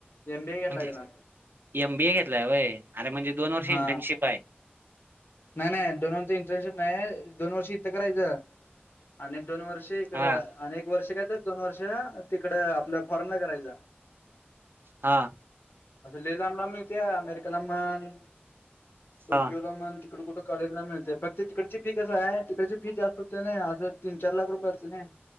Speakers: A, on the left; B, on the right.
A: एम बी ए घेतला
B: म्हणजे
A: त्यानं
B: एम बीए घेतलाय व्हय अरे म्हणजे दोन वर्ष इंटर्नशिप
A: हा
B: आहे.
A: नाही नाही दोन वर्षची इंटर्नशिप नाही आहे दोन वर्ष इथ करायच. आणि दोन वर्ष इकड
B: हा
A: आणि एक वर्ष कायतर दोन वर्ष तिकड आपल्या फॉरेनला करायच.
B: हा
A: <inaudible> अस लई लांब लांब मिळतीया अमेरिकाला म्हण, टोकियोला
B: हा
A: म्हण तिकड कुठ कॉलेजला मिळते फक्त ते तिकडची फी कस आहे तिकडची फी जास्त होते ना अस तीन चार लाख रुपय आसतिल नाय.